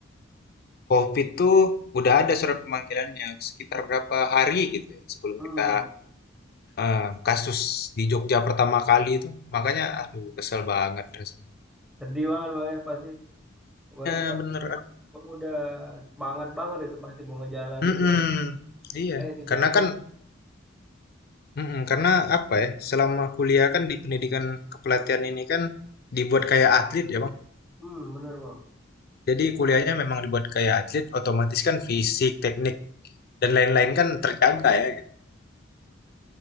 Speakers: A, on the left; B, in the centre.
A: COVID tuh udah ada surat pemanggilannya sekitar berapa hari gitu ya sebelum
B: Hmm
A: kita
B: bang.
A: eh, kasus di Jogja pertama kali itu. Makanya aduh kesel banget rasanya.
B: Sedih banget bang ya pasti. Kemarin
A: Ya bener. aduh.
B: kamu udah semangat banget itu pasti mau ngejalaninnya.
A: Mm-mm. Iya,
B: Eh tiba-tiba.
A: karena kan mm-mm, karena apa ya? Selama kuliah kan di pendidikan kepelatihan ini kan dibuat kayak atlet ya, Bang.
B: Hmm bener bang
A: Jadi kuliahnya memang dibuat kayak atlet, otomatis kan fisik, teknik, dan lain-lain kan terjaga ya gitu.